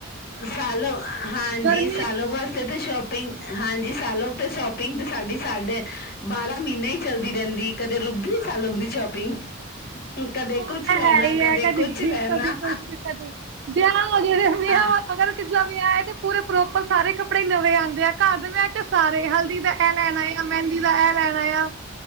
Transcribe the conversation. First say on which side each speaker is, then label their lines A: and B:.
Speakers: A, on the left; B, on the right.
A: ਸਾਲੋ ਹਾਂਜੀ
B: ਗਰਮੀ
A: ਸਾਲੋ ਬਸ ਉਥੇ ਸ਼ੋਪਿੰਗ ਹਾਂਜੀ ਸਾਲੋ ਤੇ ਸ਼ੋਪਿੰਗ ਤੇ ਸਾਡੀ ਸਾਡੇ ਬਾਰਾਂ ਮਹੀਨੇ ਹੀ ਚੱਲਦੀ ਰਹਿੰਦੀ। ਕਦੇ ਰੁਕਦੀ ਸਾਲ ਰੁਕਦੀ ਸ਼ੋਪਿੰਗ ਕਦੇ
B: ਉਹ
A: ਕੁਛ
B: ਤਾਂ
A: ਲੈਣਾ
B: ਹੈ ਹੀ
A: ਕਦੇ
B: ਐ ਕਦੀ
A: ਕੁਛ ਲੈਣਾ
B: ਕਦੇ ਕੁਛ ਕਦੇ ਵਿਆਹ ਹੋਜੇ ਵਿਆਹ
A: ਹਾਂ
B: ਅਗਰ <unintelligible> ਤੇ ਪੂਰੇ ਪ੍ਰੋਪਰ ਸਾਰੇ ਕੱਪੜੇ ਨਵੇਂ ਆਦੇ ਆ ਘਰ ਦੇ ਵਿਆਹ ਚ ਸਾਰੇ ਹਲਦੀ ਦਾ ਇਹ ਲੈਣਾ ਐ। ਮਹਿੰਦੀ ਦਾ ਇਹ ਲੈਣਾ ਆ